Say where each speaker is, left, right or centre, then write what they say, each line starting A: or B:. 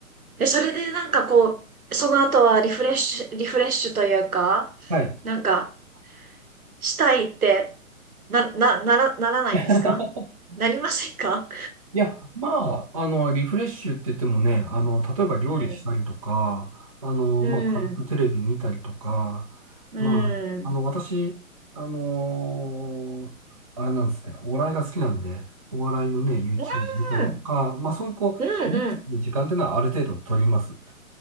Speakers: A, on the right; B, on the right.
A: え、それでなんかこう、その後はリフレッシュ、リフレッシュというか、
B: はい。
A: なんか、したいって、な、な、なら、ならないんですかなりませんか
B: <laughs> いや、まあ、あの、リフレッシュって言ってもね、あの、例えば料理したりとか、
A: うん。
B: あの、
A: うん。
B: まあ、軽くテレビ見たりとか、
A: う
B: まあ、
A: ん。
B: あの、私、あのあれなんですね、お笑いが好きなんで、お笑いのね、YouTube
A: う
B: 見たりとか、
A: ん。
B: まあ、そういうこう、
A: うん。
B: リラックスする時間っていうのはある程度取ります。
A: うん。